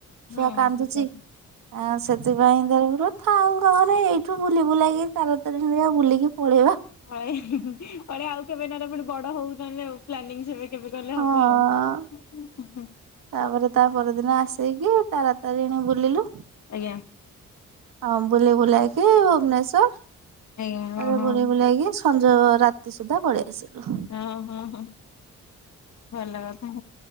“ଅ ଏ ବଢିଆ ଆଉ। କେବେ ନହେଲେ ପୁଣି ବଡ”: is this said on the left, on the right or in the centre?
Left